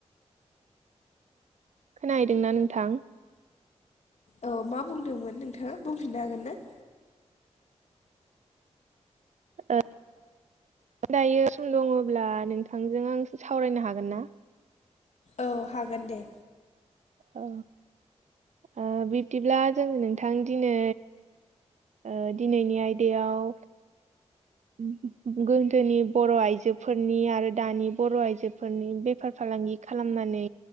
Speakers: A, on the right; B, on the left.
A: खोनाहैदोंना नोंथां?
B: औ मा बुंदोंमोन नोंथाङा बुंफिननो हागोन ना?
A: ओ दायो सम दङब्ला नोंथांजों आं सावरायनो हागोन ना?
B: औ हागोन दे।
A: औ ओ बिब्दिब्ला जोङो नोंथां दिनै ओ दिनैनि आयदायाव <unintelligible> गोदोनि बर आइजोफोरनि आरो दानि बर आइजोफोरनि बेफार फालांगि खालामनानै